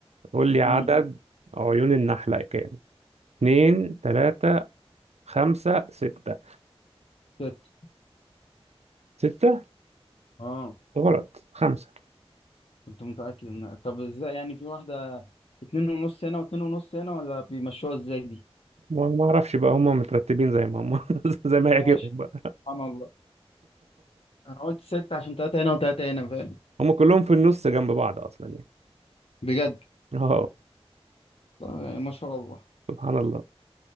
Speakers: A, on the right; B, on the left.
A: قول لي عدد
B: امم
A: عيون النحلة كام اتنين تلاتة خمسة ستة
B: ست
A: ستة
B: اه
A: غلط خمسة
B: كنت متأكد ان طب ازاي يعني في واحدة اتنين ونص هنا واتنين ونص هنا ولا بيمشوها ازاي دي
A: ما ما اعرفش بقى هم مترتبين زي ما هم <laughs> زي ما يعجبهم
B: ماشي
A: بقى
B: سبحان الله انا قلت ستة عشان تلاتة هنا وتلاتة هنا فعلا
A: هم كلهم في النص جنب بعض اصلا يعني
B: بجد
A: اه
B: طبعاً يعني ما شاء الله
A: سبحان الله